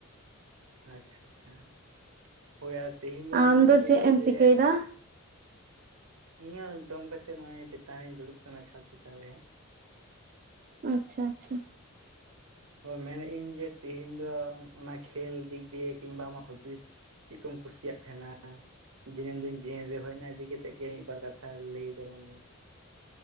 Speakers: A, on the right; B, on the right.
A: ᱟᱪᱪᱷᱟ ᱟᱪᱪᱷᱟ, ᱦᱳᱭ ᱟᱨ ᱛᱮᱦᱮᱧ ᱫᱚᱧ
B: ᱟᱢ
A: ᱢᱮᱱ
B: ᱫᱚ
A: ᱪᱚᱭᱫᱟ
B: ᱪᱮᱫ ᱮᱢ
A: ᱡᱮ
B: ᱪᱤᱠᱟᱹᱭᱮᱫᱟ
A: ᱤᱧᱦᱚ ᱡᱚᱢ ᱠᱟᱛᱮᱜ ᱱᱚᱜᱚᱭ ᱪᱮᱛᱟᱱ ᱨᱤᱧ ᱫᱩᱲᱩᱵ ᱟᱠᱟᱱᱟ ᱪᱷᱟᱫᱽ ᱪᱮᱛᱟᱱ ᱨᱮ ᱦᱟᱸᱜ ᱾
B: ᱟᱪᱪᱷᱟᱻᱟᱪᱪᱷᱟᱻ᱾
A: ᱛ ᱢᱮᱱᱮᱜ ᱟᱹᱧ ᱡᱮ ᱛᱮᱦᱮᱧ ᱫᱚ ᱚᱱᱟ ᱠᱷᱮᱞ ᱫᱤᱠ ᱫᱤᱭᱮ ᱠᱤᱢᱵᱟ ᱟᱢᱟᱜ ᱦᱚᱵᱤᱥ? ᱪᱮᱫ ᱠᱚᱢ ᱠᱩᱥᱤᱭᱟᱜ ᱛᱟᱦᱮᱱᱟ? ᱫᱤᱱᱟᱹᱢ ᱫᱤᱱ ᱡᱤᱭᱤᱱ ᱨᱮ ᱦᱳᱭ ᱚᱱᱟ ᱤᱫᱤ ᱠᱟᱛᱮᱜ ᱜᱮ ᱢᱤᱫᱵᱟᱨ ᱠᱟᱛᱷᱟ ᱞᱟᱹᱭ ᱛᱟᱞᱟᱝ ᱢᱮᱧ ᱢᱮ ᱾